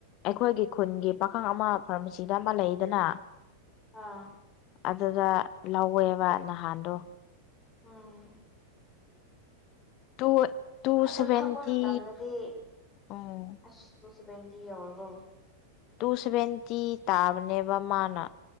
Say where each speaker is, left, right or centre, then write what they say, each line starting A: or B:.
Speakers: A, on the left (about 40°); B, on the left (about 15°).
A: ꯑꯩꯈꯣꯏꯒꯤ ꯈꯨꯟꯒꯤ ꯄꯥꯈꯪ ꯑꯃ ꯐꯥꯔꯃꯥꯁꯤꯗ ꯑꯃ ꯂꯩꯗꯅ
B: ꯑꯥ
A: ꯑꯗꯨꯗ ꯂꯧꯋꯦꯕ ꯅꯍꯥꯟꯗꯣ
B: ꯎꯝ
A: ꯇꯨ ꯇꯨ
B: ꯑꯗꯨ
A: ꯁꯚꯦꯟꯇꯤ
B: ꯊꯛꯄ ꯃꯇꯝꯗꯗꯤ
A: ꯑꯣ
B: ꯑꯁ ꯇꯨ ꯁꯚꯦꯟꯇꯤ ꯌꯧꯔꯕꯣ
A: ꯇꯨ ꯁꯚꯦꯟꯇꯤ ꯇꯥꯕꯅꯦꯕ ꯃꯥꯅ